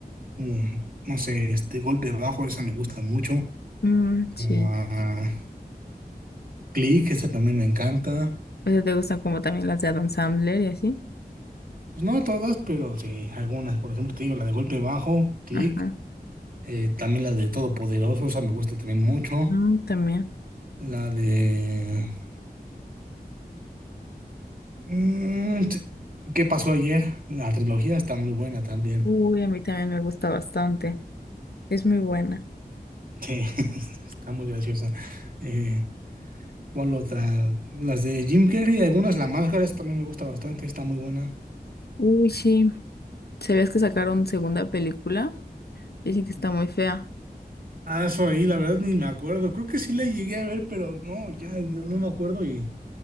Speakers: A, on the right (about 60°); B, on the left (about 75°).
A: Como, no sé, este Golpe Bajo, esa me gusta mucho.
B: Mm, sí.
A: Ah, Click, esa también me encanta.
B: O sea, te gustan como también las de Adam Sandler y así.
A: Pues no todas, pero sí, algunas. Por ejemplo, te digo la de Golpe Bajo, Click.
B: Ajá.
A: eh, también la de Todopoderoso, esa me gusta también mucho.
B: Mm, también.
A: La de Mm, t- ¿qué pasó ayer? La trilogía está muy buena también.
B: Uy, a mí también me gusta bastante. Es muy buena.
A: Sí, <laughs> está muy graciosa. Eh, ¿cuál otra? Las de Jim Carrey, algunas, La Máscara, esa también me gusta bastante, está muy buena.
B: Uy, sí. ¿Sabías que sacaron segunda película? Dicen que está muy fea.
A: Ah, eso ahí, la verdad ni me acuerdo. Creo que sí la llegué a ver, pero no, ya no no me acuerdo y